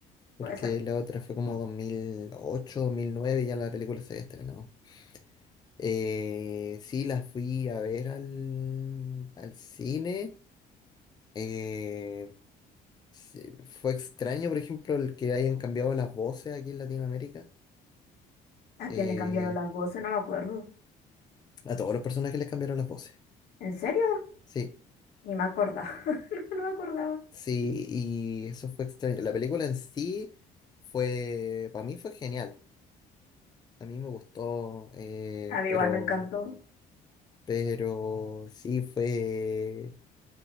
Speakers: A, on the left (about 25°); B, on the left (about 70°).
A: porque
B: Puede ser.
A: la otra fue como 2008, 2009 y ya la película se había estrenado. Eh, sí, la fui a ver al, al cine. Eh, Sí, fue extraño, por ejemplo, el que hayan cambiado las voces aquí en Latinoamérica.
B: ¿A
A: Eh,
B: quién le cambiaron las voces? No me acuerdo.
A: a todos los personajes les cambiaron las voces.
B: ¿En serio?
A: Sí,
B: Ni me acordaba. <laughs> No, no me acordaba.
A: sí, y eso fue extraño. La película en sí fue, para mí fue genial. A mí me gustó, eh,
B: A mí
A: pero,
B: igual me encantó.
A: pero sí fue,